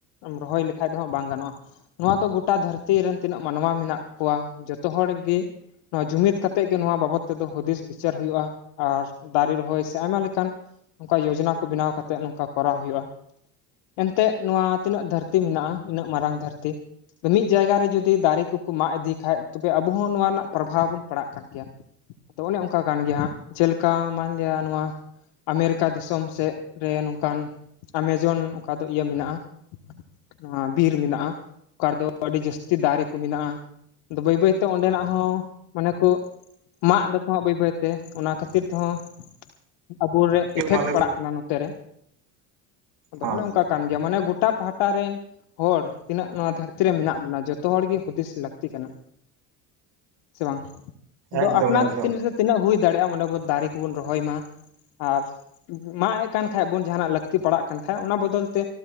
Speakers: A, on the left; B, on the right.
A: ᱮᱢ ᱨᱚᱦᱚᱭ ᱞᱮᱠᱷᱟᱡ ᱫᱚ ᱦᱟᱸᱜ ᱵᱟᱝ ᱜᱟᱱᱚᱜᱼᱟ᱾ ᱱᱚᱣᱟ ᱫᱚ ᱜᱚᱴᱟ ᱫᱷᱟᱹᱨᱛᱤ ᱨᱮᱱ ᱛᱤᱱᱟᱹᱜ ᱢᱟᱱᱣᱟ ᱢᱮᱱᱟᱜ ᱠᱚᱣᱟ, ᱡᱚᱛᱚ ᱦᱚᱲ ᱜᱮ ᱱᱚᱣᱟ ᱡᱩᱢᱤᱫ ᱠᱟᱛᱮᱫ ᱜᱮ ᱱᱚᱣᱟ ᱵᱟᱵᱚᱫ ᱛᱮᱫᱚ ᱦᱩᱫᱤᱥ ᱵᱤᱪᱟᱹᱨ ᱦᱩᱭᱩᱜᱼᱟ᱾ ᱟᱨ ᱫᱟᱨᱤ ᱨᱚᱦᱚᱭ ᱥᱮ ᱟᱭᱢᱟ ᱞᱮᱠᱟᱱ, ᱱᱚᱝᱠᱟ ᱡᱳᱡᱚᱱᱟ ᱠᱚ ᱵᱮᱱᱟᱣ ᱠᱟᱛᱮᱫ ᱱᱚᱝᱠᱟ ᱠᱚᱨᱟᱣ ᱦᱩᱭᱩᱜᱼᱟ᱾ ᱮᱱᱛᱮᱫ ᱱᱚᱣᱟ ᱛᱤᱱᱟᱹᱜ ᱫᱷᱟᱹᱨᱛᱤ ᱢᱮᱱᱟᱜᱼᱟ, ᱤᱱᱟᱹᱜ ᱢᱟᱨᱟᱝ ᱫᱷᱟᱹᱨᱛᱤ ᱢᱤᱫ ᱡᱟᱭᱜᱟ ᱨᱮ ᱡᱩᱫ ᱫᱤ ᱫᱟᱨᱮ ᱠᱩᱠᱩ ᱢᱟᱜ ᱤᱫᱤ ᱠᱷᱟᱡ ᱛᱚᱵᱮ ᱟᱵᱩ ᱦᱚᱸ ᱱᱚᱣᱟ ᱨᱮᱱᱟᱜ ᱯᱨᱚᱵᱷᱟᱵᱽ ᱵᱚᱱ ᱯᱟᱲᱟᱜ ᱠᱟᱱ ᱜᱮᱭᱟ᱾ ᱛᱚ ᱚᱱᱮ ᱚᱱᱠᱟ ᱠᱟᱱ ᱜᱮᱭᱟ ᱦᱟᱸᱜ, ᱪᱮᱫ ᱞᱮᱠᱟ ᱢᱟᱱᱞᱤᱭᱟ ᱱᱚᱣᱟ ᱟᱢᱮᱨᱤᱠᱟ ᱫᱤᱥᱚᱢ ᱥᱮᱫ, ᱨᱮ ᱱᱚᱝᱠᱟᱱ, ᱟᱢᱮᱡᱚᱱ ᱚᱠᱟ ᱫᱚ ᱤᱭᱟᱹ ᱢᱮᱱᱟᱜᱼᱟ᱾ ᱱᱚᱣᱟ ᱵᱤᱨ ᱢᱮᱱᱟᱜᱼᱟ᱾ ᱚᱠᱟ ᱨᱮᱫᱚ ᱟᱹᱰᱤ ᱡᱟᱹᱥ ᱛᱤ ᱫᱟᱨᱮ ᱠᱩ ᱢᱮᱱᱟᱜᱼᱟ᱾ ᱟᱫᱚ ᱵᱟᱹᱭ ᱵᱟᱹᱭᱛᱮ ᱚᱸᱰᱮᱱᱟᱜ ᱦᱚᱸ, ᱢᱟᱱᱮ ᱠᱩ ᱢᱟᱜ ᱮᱫᱟᱠᱚ ᱦᱟᱸᱜ ᱵᱟᱹᱭ ᱵᱟᱹᱭᱛᱮ ᱚᱱᱟ ᱠᱷᱟᱹᱛᱤᱨ ᱛᱮᱦᱚᱸ᱾ ᱟᱵᱚᱨᱮ ᱤᱯᱷᱮᱠᱴ
B: ᱢᱟ ᱞᱟᱹᱭ
A: ᱯᱟᱲᱟᱜ
B: ᱛᱟᱵᱚᱱ
A: ᱱᱚᱛᱮ ᱨᱮ᱾ ᱟᱫᱚ
B: ᱦᱮᱸ
A: ᱚᱱᱮ ᱚᱱᱠᱟ ᱠᱟᱱ ᱜᱮᱭᱟ ᱢᱟᱱᱮ ᱜᱚᱴᱟ ᱯᱟᱦᱴᱟ ᱨᱮᱱ, ᱦᱚᱲ ᱛᱤᱱᱟᱹᱜ ᱱᱚᱣᱟ ᱫᱷᱟᱹᱨᱛᱤ ᱨᱮ ᱢᱮᱱᱟᱜ ᱵᱚᱱᱟ ᱡᱚᱛ ᱛᱚ ᱦᱚᱲ ᱜᱤ ᱦᱩᱫᱤᱥ ᱞᱟᱹᱠᱛᱤ ᱠᱟᱱᱟ᱾ ᱥᱮ ᱵᱟᱝ, ᱟᱫᱚ
B: ᱮᱠᱫᱚᱢ
A: ᱟᱯᱱᱟᱨ
B: ᱮᱠᱫᱚᱢ
A: ᱛᱤᱱᱨᱮ ᱛᱤᱱᱟᱹᱜ ᱦᱩᱭ ᱫᱟᱲᱮᱭᱟᱜᱼᱟ ᱢᱟᱱᱮ ᱟᱵᱩ ᱫᱟᱨᱮ ᱠᱚᱵᱚᱱ ᱨᱚᱦᱚᱭ ᱢᱟ, ᱟᱨ ᱢᱟᱜ-ᱮᱜ ᱠᱟᱱ ᱠᱷᱟᱡ ᱵᱩᱱ ᱡᱟᱸᱦᱟᱱᱟᱜ ᱞᱟᱹᱠᱛᱤ ᱯᱟᱲᱟᱜ ᱠᱟᱱ ᱠᱷᱟ ᱚᱱᱟ ᱵᱚᱫᱚᱞ ᱛᱮ